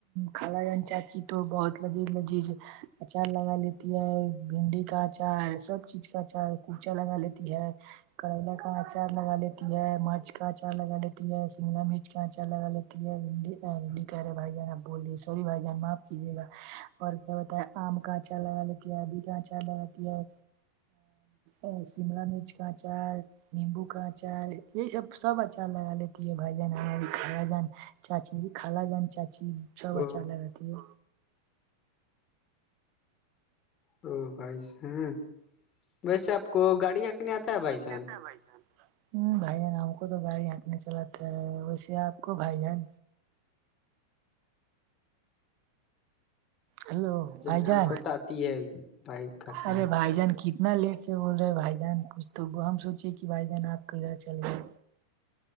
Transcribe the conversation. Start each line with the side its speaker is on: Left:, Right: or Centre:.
Right: خال جان چاچی تو بہت لذیذ لذیذ اچار لگا لیتی ہے بھنڈی کا اچار سب چیز کا اچار کچا لگا لیتی ہے کریلا کا اچار لگا لیتی ہے مٹ کا اچار لگا لیتی ہے سگا مرچ کا اچار لگا لیتی ہےڈینڈی کہہ رہے بھائی جان آب بول دی سوری بھائی جان معاف کیجیے گا اور کیا بتا ہے آم کاچا لگا لیتی ہے آدی کا آچا لگی ہے ا سیملا مرچ کا آچار نیمبو کا آچار یہ سب سب اچھا لگا لیتی بائی جان ہمیں بھی خالا جان چاچی بھی خالا جان چاچی بھی ش
Left: او
Right: اچان لگ رہتی ہے
Left: او بھائی جان ویسے آپ کو گاڑی چھنکنے آتا ہے بھائی جان
Right: ب چانس ہ بھائی جان ہم کو تو گاڑی ہنٹنے چلاتے ہے ویسے آپ کو بھائی جان ہیلو بھائی
Left: ہم
Right: جان
Left: کو تو آتی ہے بھائی کھکنے
Right: ارے بھائی جان کی ات لیٹ سے بول رہے ہیں بھائی جان کچھ تو ہم سوچے کہ بھائی جان آپ ک ادھر چل گئے